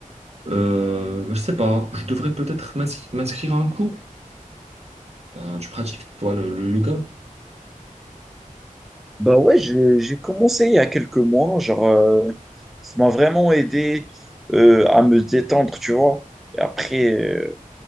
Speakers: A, on the right; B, in the centre.
A: Euh, je sais pas, je devrais peut-être m'ins- m'inscrire à un cours. Ben, tu pratiques, toi, le, le yoga?
B: Bah ouais, j'ai j'ai commencé il y a quelques mois, genre euh, ça m'a vraiment aidé euh, à me détendre, tu vois. Et après euh,